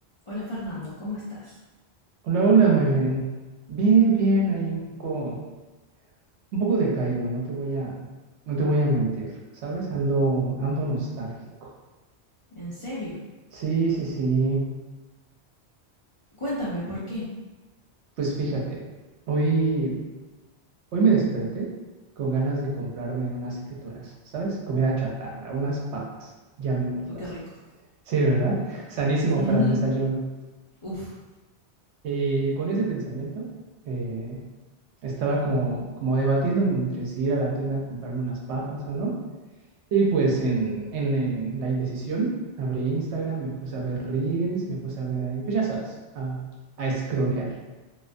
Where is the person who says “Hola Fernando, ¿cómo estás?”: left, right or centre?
Left